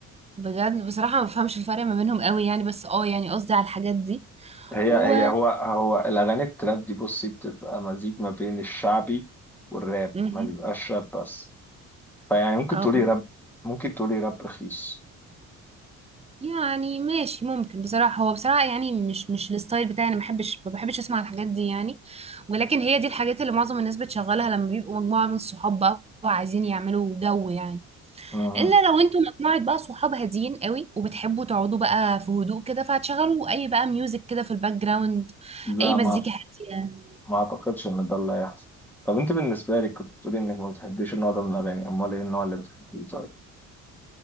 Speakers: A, on the right; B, in the centre.
A: بجد بصراحه ما بفهمش الفرق ما بينهم قوي يعني بس اه يعني قصدي على الحاجات دي
B: هي
A: و
B: هي هو هو الاغاني التراب دي بصي بتبقى مزيج ما بين الشعبي والراب
A: مهم.
B: ما بيبقاش راب بس فيعني ممكن
A: اه
B: تقولي راب ممكن تقولي راب رخيص
A: يعني ماشي ممكن بصراحة هو بصراحة يعني مش مش الستايل بتاعي أنا ما بحبش ما بحبش أسمع الحاجات دي يعني ولكن هي دي الحاجات اللي معظم الناس بتشغلها لما بيبقوا مجموعة من الصحاب بقى وعايزين يعملوا جو يعني
B: اها
A: إلا لو أنتوا مجموعة بقى صحاب هاديين قوي وبتحبوا تقعدوا بقى في هدوء كده فهتشغلوا أي بقى ميوزك كده في الباك جراوند
B: لا
A: أي مزيكا
B: ما
A: هادية
B: ما اعتقدش ان ده اللي هيحصل طب انت بالنسبه لك كنت بتقولي انك ما بتحبيش النوع ده من الاغاني امال ايه النوع اللي بتحبيه طيب